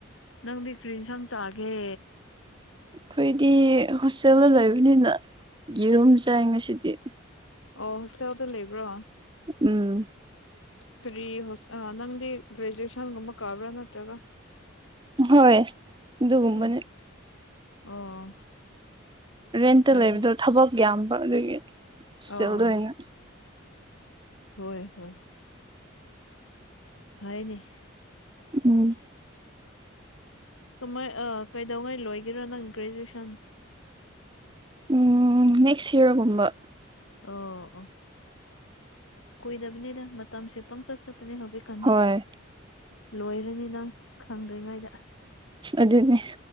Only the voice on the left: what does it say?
ꯅꯪꯗꯤ ꯀꯔꯤ ꯏꯟꯁꯥꯡ ꯆꯒꯦ꯫
ꯑꯣ ꯍꯣꯁꯇꯦꯜꯗ ꯂꯩꯕ꯭ꯔꯣ꯫
ꯀꯔꯤ ꯍꯣꯁ ꯑ ꯅꯪꯗꯤ ꯒꯔꯦꯖꯨꯑꯦꯁꯟ ꯒꯨꯝꯕ ꯀꯕꯔꯥ ꯅꯠꯇꯔꯒꯥ
ꯑꯣ ꯑꯣ꯫
ꯐꯩꯅꯦ
ꯑꯣ
ꯍꯣꯏ ꯍꯣꯏ꯫ ꯍꯥꯏꯅꯦ꯫
ꯀꯃꯥꯏ ꯑ ꯀꯩꯗꯧꯉꯩ ꯂꯣꯏꯒꯦꯔ ꯅꯪ ꯒꯔꯦꯖꯨꯋꯦꯁꯟ꯫
ꯑꯣ ꯑꯣ ꯀꯨꯏꯗꯕꯅꯤꯅ ꯃꯇꯝꯁꯦ ꯄꯪꯆꯠ ꯆꯠꯄꯅꯦ ꯍꯧꯖꯤꯛ ꯀꯅꯤ
ꯂꯣꯏꯔꯅꯤꯗ ꯅꯪ ꯈꯪꯗ꯭ꯔꯤꯉꯩꯗ